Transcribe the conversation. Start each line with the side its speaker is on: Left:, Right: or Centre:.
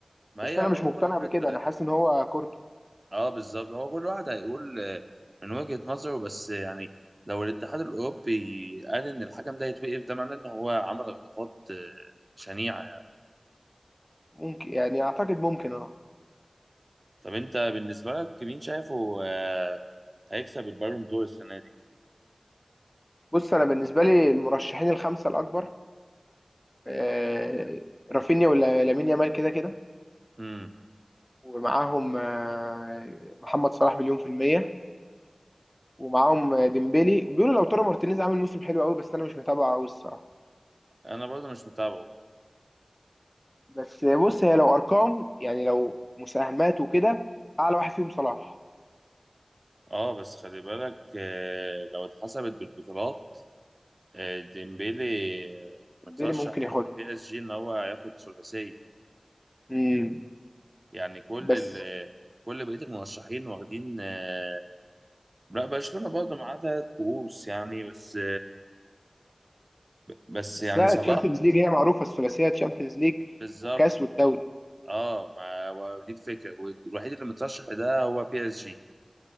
Right: ما
Left: بس
Right: هي
Left: انا
Right: هو
Left: مش مقتنع
Right: كل
Left: بكده
Right: واحد
Left: انا حاسس ان هو كورته
Right: اه بالظبط هو كل واحد هيقول آه، من وجهة نظره بس يعني لو الاتحاد الأوروبي قال إن الحكم ده يتوقف ده معناه إن هو عمل غلطات آه، شنيعة يعني
Left: ممكن يعني اعتقد ممكن اه
Right: طب أنت بالنسبة لك مين شايفه آه، هيكسب البالون دور السنة دي؟
Left: بص انا بالنسبة لي المرشحين الخمسة الاكبر آه، رافينيا ولا لامين يامال كده كده
Right: امم
Left: ومعاهم آه، محمد صلاح مليون في المية ومعاهم آه، ديمبلي بيقولوا لو ترى مارتينيز عامل موسم حلو قوي بس انا مش متابعه قوي الصراحة
Right: أنا برضه مش متابعه
Left: بس بص هي لو ارقام يعني لو مساهمات وكده اعلى واحد فيهم صلاح
Right: اه بس خلي بالك آه، لو اتحسبت بالبطولات آه، ديمبيلي آه،
Left: ديمبلي
Right: مترشح
Left: ممكن ياخدها
Right: مع بي اس جي إن هو هياخد ثلاثية
Left: امم
Right: يعني كل
Left: بس
Right: ال آه، كل بقية المرشحين واخدين آه، لا برشلونة برضه معاه تلات كؤوس يعني بس بس
Left: بس
Right: يعني
Left: لا
Right: صلاح
Left: الشامبيونز ليج هي معروفه الثلاثيه تشامبيونز ليج
Right: بالظبط
Left: وكاس والدوري
Right: اه ما هو دي الفكرة والوحيد اللي مترشح ده هو بي اس جي